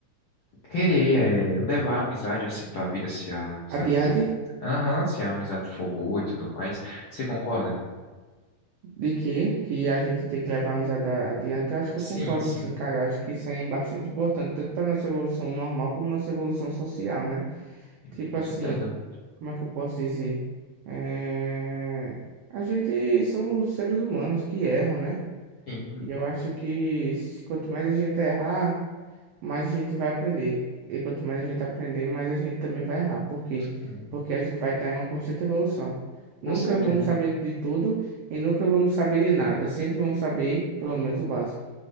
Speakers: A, on the left; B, on the right.
A: querer é, levar a amizade assim pra vida se a amizade
B: Adiante
A: for. Aham, se a amizade for boa e tudo mais. Você concorda?
B: de que, que a gente tem que levar a amizade a- adiante, eu acho que
A: Sim,
B: eu concordo
A: sim,
B: sim, cara. Eu acho que isso aí é bastante importante, tanto para nossa evolução normal como nossa evolução social, né?
A: sim,
B: Tipo
A: com
B: assim,
A: certeza.
B: como é que eu posso dizer? É... A gente somos seres humanos que erram, né?
A: Sim,
B: E eu acho que se- quanto mais a gente errar, mais a gente vai aprender. E quanto mais a gente aprender, mais a gente também vai errar. Por quê?
A: sim,
B: Porque a gente vai estar em uma constante evolução.
A: com
B: Nunca
A: certeza.
B: vamos saber de tudo e nunca vamos saber de nada. Sempre vamos saber pelo menos o básico.